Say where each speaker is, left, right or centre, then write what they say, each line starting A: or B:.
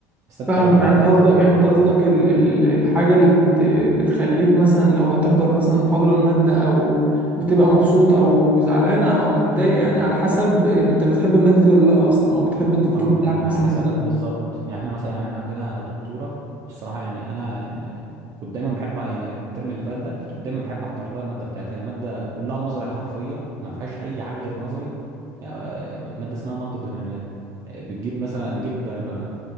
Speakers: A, on the right; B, on the right.
A: تستمتع
B: فاهمك
A: بالمحاضرة
B: يعني انت
A: وجو
B: قصدك يعني
A: المحاضرة
B: انت قصدك
A: يعني
B: ال- ال- الحاجه اللي بت بتخليك مثلا لو هتحضر مثلا محاضره الماده او وتبقى مبسوط او زعلان او او متضايق يعني على حسب انت بتحب الماده دي ولا لا اصلا او بتحب الدكتور
A: اه
B: بتاعك
A: يعني
B: مثلا
A: على حسب
B: ولا لا
A: بالظبط يعني احنا مثلا يعني احنا عندنا دكتوره الصراحه يعني انا كنت دايما بحب يعني الترم اللي فات ده كنت دايما بحب احضر لها الماده بتاعتها هي ماده كلها نظري حرفيا ما فيهاش اي حاجه غير نظري يعني آه، ماده اسمها نقد معماري آه، بتجيب مثلا نجيب آه،